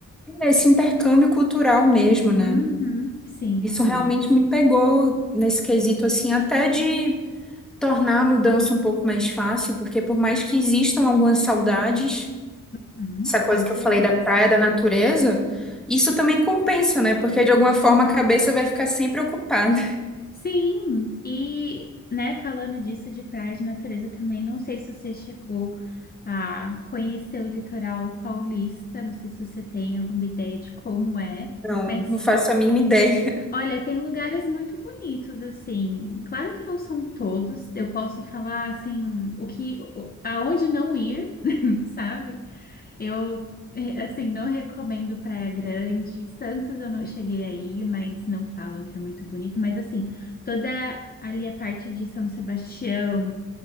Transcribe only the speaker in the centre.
esse intercâmbio cultural mesmo, né?
Isso
realmente me pegou nesse quesito assim, até de tornar a mudança um pouco mais fácil, porque por mais que existam algumas saudades
essa coisa
que
eu falei da praia, da natureza, isso também compensa, né? Porque de alguma forma a cabeça vai ficar sempre ocupada.
Não,
não faço a mínima ideia.